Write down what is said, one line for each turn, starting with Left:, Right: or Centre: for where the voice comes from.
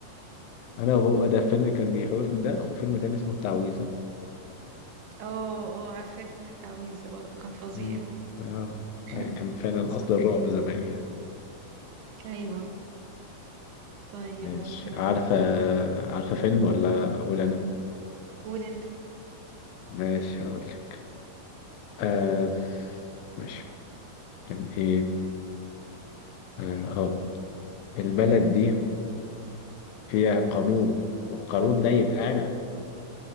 Left: انا وهو ده فيلم كان بيخوفني ده وفيلم تاني اسمه التعويذة
Right: اه اه عارفاه فيلم التعويذة برضو كان فظيع
Left: مم. آه.
Right: <clears throat>
Left: أي كان فعلا
Right: صح
Left: أصل الرعب زمان يعني
Right: ايوه طيب
Left: ماشي
Right: ممكن
Left: عارفة
Right: اقول ايه تاني
Left: عارفة فيلم ولا
Right: قول
Left: ولا أنا
Right: قول انت
Left: ماشي هقولك آه. ماشي كان إيه آه. آه. البلد دي فيها قانون والقانون ده يبقى أنا